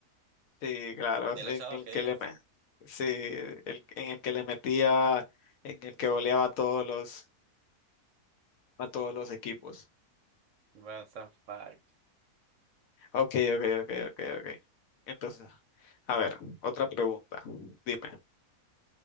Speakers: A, on the left; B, on the right.
A: sí, claro,
B: del
A: en
B: 8 a
A: el
B: 2 que
A: que
B: diga.
A: le, me- sí, el- en el que le metía, en el que goleaba a todos los, a todos los equipos.
B: What the fuck?
A: Ok, ok, ok, ok, ok. Entonces, a ver, otra pregunta. Dime.